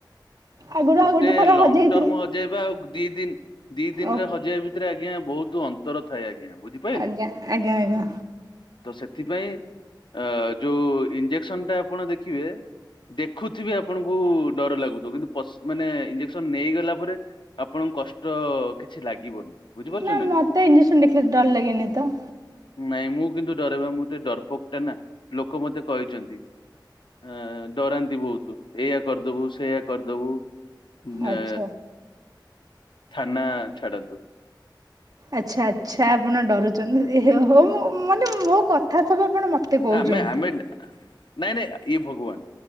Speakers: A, on the right (about 50°); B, on the left (about 75°).
A: ଆଗରୁ
B: ଗୋଟେ
A: ଆଉ ଥର
B: ଲଙ୍ଗ
A: ହଜେଇଥିଲି
B: ଟର୍ମ ସେ ପା ଆଉ ଦି ଦିନି ଦି ଦିନରେ
A: ଓହ
B: ହଜେଇବା ଭିତରେ ଅଜ୍ଞା ବହୁତ୍ ଅନ୍ ନ୍ତର ଥାଏ ଆଜ୍ଞା ବୁଝିପାଇଲେ।
A: ଆଜ୍ଞା ଆଜ୍ଞା ଆଜ୍ଞା
B: ତ ସେଥିପାଇଁ ଅ ଯୋଉ ଇଞ୍ଜେକ୍ସନଟା ଆପଣ ଦେଖିବେ ଦେଖୁଥିବେ ଆପଣଙ୍କୁ ଡର ଲାଗୁଥିବ କିନ୍ତୁ ପସ୍ ମାନେ ଇଞ୍ଜେକ୍ସନ ନେଇଗଲା ପରେ ଆପଣଙ୍କୁ କଷ୍ଟ କିଛି ଲାଗିବନି। ବୁଝିପାରୁଛନ୍ତି
A: ନା ମୋତେ
B: ନାଇଁ?
A: ଇଞ୍ଜେକ୍ସନ୍ ଦେଖିଲେ ଡର ଲାଗେନି ତ?
B: ନାଇଁ ମୁଁ କିନ୍ତୁ ଡରେବା ମୁଁ ଟିକେ ଡରପୋକ୍ ଟା ନା ଲୋକ ମତେ କହିଚନ୍ତି। ଆ ଡରାନ୍ତି ବହୁତ ଏଇଆ କରିଦବୁ ସେଇଆ କରିଦବୁ। ନା
A: ଆଚ୍ଛା
B: ଥାନା ଛାଡନ୍ତୁ।
A: ଆଚ୍ଛା-ଆଚ୍ଛା ଆପଣ ଡରୁଛନ୍ତି ହଉ ମୁଁ ମାନେ ମୋ କଥା ସବୁ ଆପଣ ମତେ କହୁଛନ୍ତି
B: ଆମେ ଆମେ ନାଇଁ-ନାଇଁ ଇଏ ଭଗବାନ